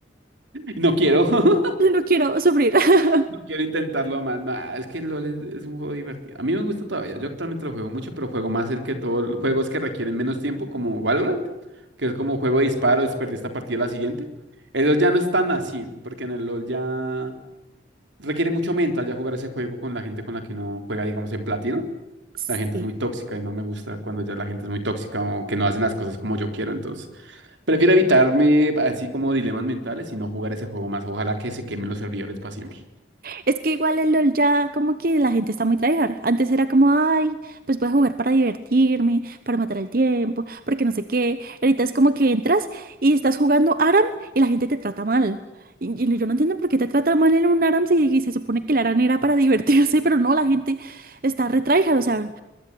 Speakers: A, on the right; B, on the right.
A: No quiero. <laughs>
B: Yo no quiero sufrir. <laughs>
A: Quiero intentarlo más. Nah, es que LOL es, es un juego divertido. A mí me gusta todavía. Yo actualmente lo juego mucho, pero juego más el que todos los juegos que requieren menos tiempo, como Valorant, que es como juego de disparo, es perder esta partida la siguiente. El LOL ya no es tan así, porque en el LOL ya requiere mucho mental ya jugar ese juego con la gente con la que uno juega, digamos, en platino.
B: Sí,
A: La gente es muy tóxica y no me gusta cuando ya la gente es muy tóxica o que no hacen las cosas como yo quiero. Entonces, prefiero evitarme así como dilemas mentales y no jugar ese juego más. Ojalá que se quemen los servidores para siempre.
B: es que igual el LOL ya como que la gente está muy tryhard. Antes era como, ay, pues voy a jugar para divertirme, para matar el tiempo, porque no sé qué. Ahorita es como que entras y estás jugando ARAM y la gente te trata mal. Y, y yo no entiendo por qué te tratan mal en un ARAM si y se supone que el ARAM era para <laughs> divertirse, pero no, la gente está re tryhard. O sea,